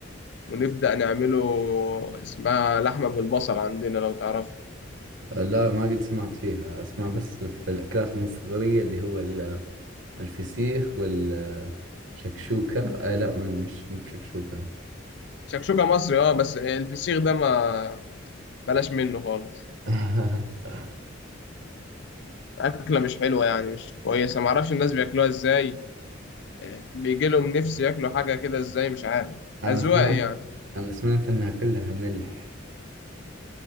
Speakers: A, on the left; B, on the right.
A: ونبدأ نعمله اسمها لحمة بالبصل عندنا لو تعرف
B: آه، لا ما قد سمعت فيها أسمع بس في الأكلات المصرية اللي هو ال- الفسيخ والشكشوكة آه لا ما أدري، مش مو بشكشوكة
A: شكشوكة مصري اه بس الفسيخ ده ما بلاش منه خالص
B: <laughs>
A: أكلة مش حلوة يعني مش كويسة معرفش الناس بياكلوها إزاي آه، بيجي لهم نفس ياكلوا حاجة كده إزاي مش عارف
B: أنا
A: أذواق
B: سمعت
A: يعني
B: أنا سمعت إنها كلها ملح